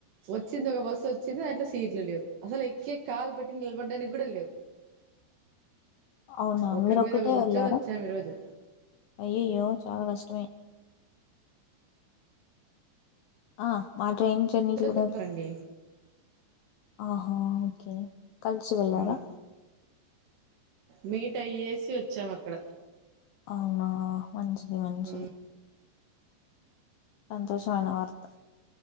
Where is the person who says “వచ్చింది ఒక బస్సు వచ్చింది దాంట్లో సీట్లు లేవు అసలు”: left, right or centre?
Right